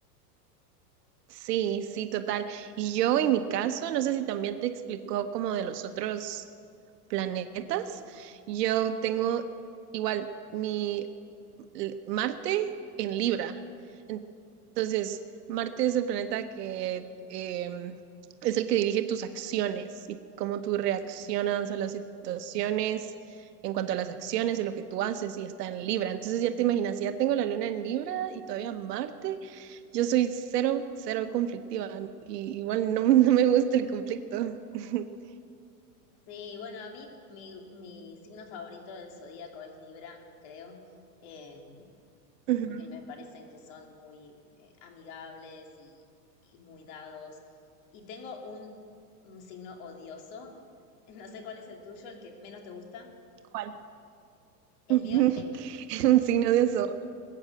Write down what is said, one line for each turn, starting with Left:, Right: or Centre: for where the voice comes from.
Right: Sí, sí, total. Y yo en mi caso, no sé si también te explicó como de los otros planetas, yo tengo igual mi l- Marte en Libra. Entonces, Marte es el planeta que eh, es el que dirige tus acciones y cómo tú reaccionas a las situaciones en cuanto a las acciones y lo que tú haces y está en Libra. Entonces ya te imaginas, si ya tengo la luna en Libra y todavía Marte, yo soy cero, cero conflictiva y igual no, <laughs> no me gusta el conflicto. <laughs>
Left: Sí, bueno, a mí mi, mi signo favorito del zodíaco es Libra, creo. Eh,
Right: Ujú.
Left: porque me parecen que son muy eh, amigables y, y muy dados. Y tengo un, un signo odioso, <laughs> no sé cuál es el tuyo, el que menos te gusta.
Right: ¿Cuál?
Left: El
Right: <laughs>
Left: mío es Géminis.
Right: Un signo de eso,